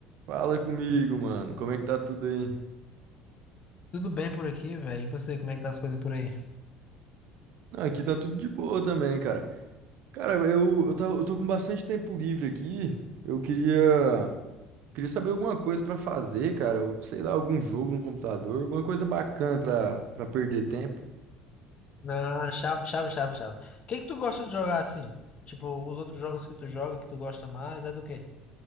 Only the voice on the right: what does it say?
Fala comigo, mano. Como é que tá tudo aí?
Não, aqui tá tudo de boa também, cara. Cara, eu, eu, tava, eu tô com bastante tempo livre aqui. Eu queria, queria saber alguma coisa pra fazer, cara. Ou, sei lá, algum jogo no computador, alguma coisa bacana pra, pra perder tempo.